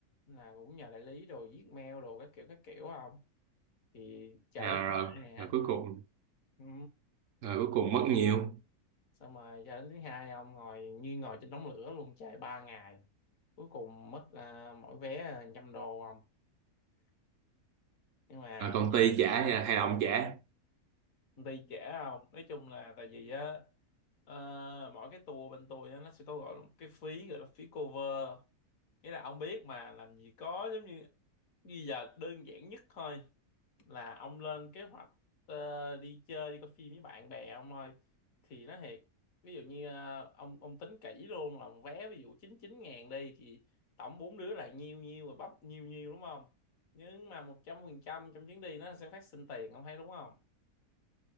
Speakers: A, on the left; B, on the right.
A: Nên là cũng nhờ đại lý rồi viết mail đồ các kiểu các kiểu không thì chờ
B: à,
A: tới thứ
B: rồi,
A: hai nè
B: rồi cuối cùng
A: ừ.
B: rồi cuối cùng mất nhiều
A: xong rồi cho đến thứ hai ông ngồi như ngồi trên đống lửa luôn chạy 3 ngày cuối cùng mất à, mỗi vé trăm đô không nhưng mà
B: rồi công ty trả hay là đồng trả
A: công ty trễ không nói chung là tại vì á ờ, mỗi cái tour bên tôi á, nó sẽ có gọi là một cái phí gọi là phí cover nghĩa là ông biết mà làm gì có giống như bây giờ đơn giản nhất thôi là ông lên kế hoạch ờ, đi chơi đi coi phim với bạn bè ông ơi thì nó thiệt ví dụ như ờ, ông ông tính kỹ luôn là một vé ví dụ 99 ngàn đi thì tổng bốn đứa là nhiêu nhiêu rồi bắp nhiêu nhiêu đúng không nhưng mà 100% trong chuyến đi nó sẽ phát sinh tiền ông thấy đúng không